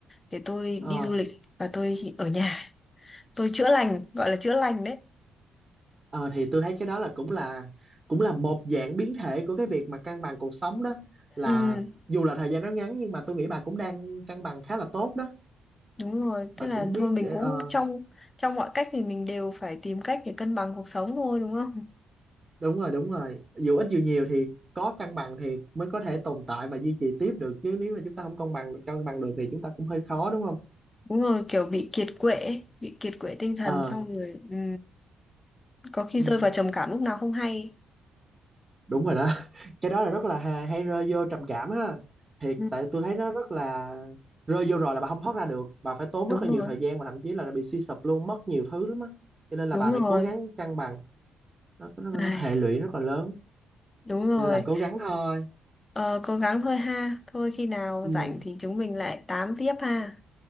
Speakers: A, on the left; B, on the right.
A: để tôi đi
B: ờ
A: du lịch và tôi ở nhà tôi chữa lành gọi là chữa lành đấy
B: ờ thì tôi thấy cái đó là cũng là cũng là một dạng biến thể của cái việc mà cân bằng cuộc sống đó là
A: ừ
B: dù là thời gian nó ngắn nhưng mà tôi nghĩ bà cũng đang cân bằng khá là tốt đó
A: đúng rồi
B: bà
A: tức là
B: cũng biết
A: thôi mình
B: để
A: cũng
B: ờ
A: trong trong mọi cách thì mình đều phải tìm cách để cân bằng cuộc sống thôi đúng không
B: đúng rồi đúng rồi dù ít dù nhiều thì có cân bằng thì mới có thể tồn tại và duy trì tiếp được chứ nếu mà chúng ta không cân bằng cân bằng được thì chúng ta cũng hơi khó đúng không
A: đúng rồi kiểu bị kiệt quệ ấy, bị kiệt quệ tinh thần
B: ờ
A: xong rồi ừ, có khi
B: ừ,
A: rơi vào trầm cảm lúc nào không hay
B: đúng rồi đó <laughs> cái đó là rất là hay, hay rơi vô trầm cảm ha thiệt
A: ừ,
B: tại tôi thấy nó rất là rơi vô rồi là bà không thoát ra được bà phải tốn
A: đúng
B: rất là
A: rồi
B: nhiều thời gian và thậm chí là bị suy sụp luôn mất nhiều thứ lắm á cho nên là
A: đúng
B: bà phải
A: rồi
B: cố gắng cân bằng nó, nó, nó
A: Ai,
B: hệ lụy rất là lớn
A: đúng rồi
B: cho nên là cố gắng thôi
A: ờ, cố gắng thôi ha thôi khi nào
B: ừ
A: rảnh thì chúng mình lại tám tiếp ha